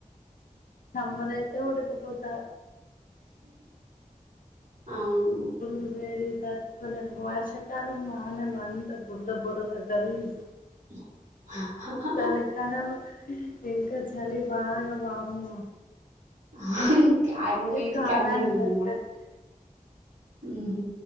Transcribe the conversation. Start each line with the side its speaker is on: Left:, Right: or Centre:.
Left: సమ్మర అయితే ఉడకపోత
Right: అవును
Left: పుల్ వేడికి తట్టుకోలెం వర్షాకాలం వానలు అంత బుడద బుడద గలీజ్
Right: <unintelligible>
Left: చలికాలం ఇంక చలి బాగా వామ్మో
Right: హ హు అన్నింటికి
Left: ఇగ కాలానికి
Right: అన్నీ ఉన్నాయా
Left: తగ్గట్టు
Right: ఉహు